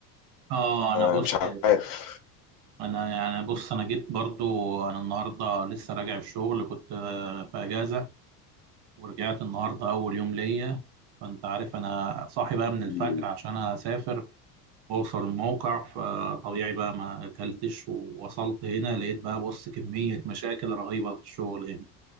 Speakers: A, on the right (about 55°); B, on the left (about 45°).
A: اه
B: فمش
A: انا بص
B: عارف
A: انا يعني بص انا جيت برضو انا النهارده لسه راجع الشغل كنت آه، في اجازه ورجعت النهارده اول يوم ليا فانت عارف انا صاحي بقى من
B: النهارده
A: الفجر عشان اسافر واوصل الموقع فطبيعي بقى ما اكلتش ووصلت هنا لقيت بقى بص كميه مشاكل رهيبه في الشغل هنا